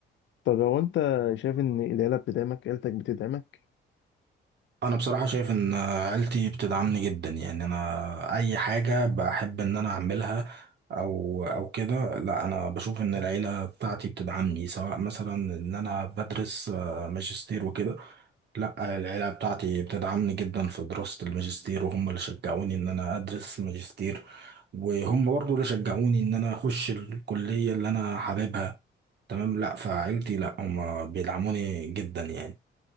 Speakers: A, on the left (about 70°); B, on the right (about 60°).
A: طب هو انت شايف ان العيله بتدعمك عيلتك بتدعمك
B: انا بصراحة شايف ان عيلتي بتدعمني جدا يعني انا اي حاجة بحب ان انا اعملها او او كده لا انا بشوف ان العيلة بتاعتي بتدعمني سواء مثلا ان انا بدرس آه، ماجستير وكده لا العيلة بتاعتي بتدعمني جدا في دراسة الماجستير وهم اللي شجعوني ان انا ادرس ماجستير وهم برضو اللي شجعوني ان انا اخش الكلية اللي انا حاببها تمام لا فعيلتي لا هم بيدعموني جدا يعني